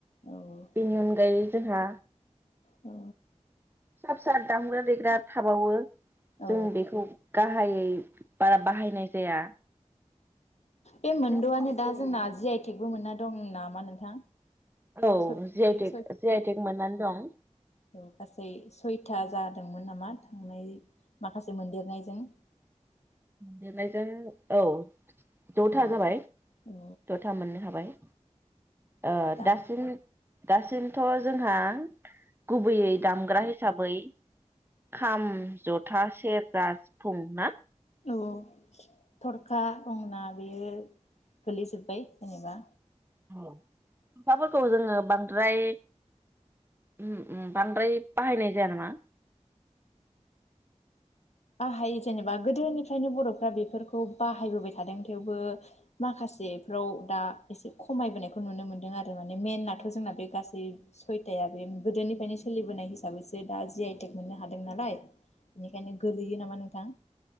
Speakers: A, on the left; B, on the right.
A: औ औ
B: बेनि अनगायै जोंहा
A: अ
B: फिसा फिसा दामग्रा देग्रा थाबावो
A: औ
B: जों बेखौ गाहायै बारा बाहायनाय जाया।
A: बे मोनद'आनो
B: जों गुबैयै
A: दा जोंना जि आइटेकबो मोनना दं नामा नोंथां।
B: औव
A: सोब
B: जे
A: बे
B: आइटेक जे आइटेक मोननानै दं।
A: औव गासै सयथा जादोंमोन नामा थांनाय माखासे मोनदेरनायजों
B: लिरनायजों औव द'था
A: औ
B: जाबाय।
A: औ
B: द'था मोननो हाबाय। ओ
A: दाम
B: दासिम दासिमथ' जोंहा गुबैयै दामग्रा हिसाबै खाम जथा सेरजा सिफुं ना?
A: औव थरखा दंना बेयो गोलैजोब्बाय जेनेबा
B: <unintelligible> फोरखौ जोङो बांद्राय ओम ओम बांद्राय बाहायनाय जाया नामा।
A: बाहाय जेनेबा गोदोनिफ्रायनो बर'फ्रा बेफोरखौ बाहायबोबाय थादों थेवबो माखासेफ्राव दा एसे खमायबोनायखौ नुनो मोनदों आरो माने मेनाथ' जोंना बे गासै सयथाया बे गोदोनिफ्रायनो सोलिबोनाय हिसाबैसो दा जि आइटेक मोननो हादों नालाय बेनिखायनो गोलैयो नामा नोंथां।